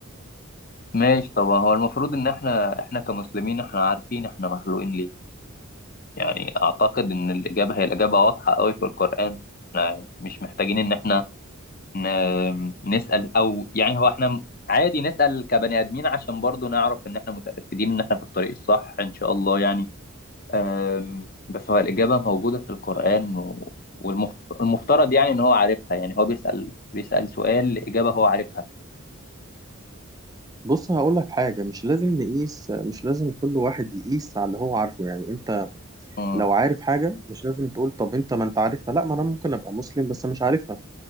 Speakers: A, on the left (about 40°); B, on the right (about 15°).
A: ماشي طبعا هو المفروض ان احنا احنا كمسلمين احنا عارفين احنا مخلوقين ليه يعني أعتقد إن الإجابة هي الإجابة واضحة أوي في القرآن إحنا مش محتاجين إن إحنا ن- نسأل أو يعني هو إحنا عادي نسأل كبني آدمين عشان برضو نعرف إن إحنا متأكدين إن إحنا في الطريق الصح إن شاء الله يعني أم، بس هو الإجابة موجودة في القرآن والمفترض يعني إن هو عارفها يعني هو بيسأل بيسأل سؤال إجابة هو عارفها
B: بص هقول لك حاجة مش لازم نقيس مش لازم كل واحد يقيس على اللي هو عارفه يعني انت
A: مم.
B: لو عارف حاجة مش لازم تقول طب انت ما انت عارفها لا ما انا ممكن ابقى مسلم بس مش عارفها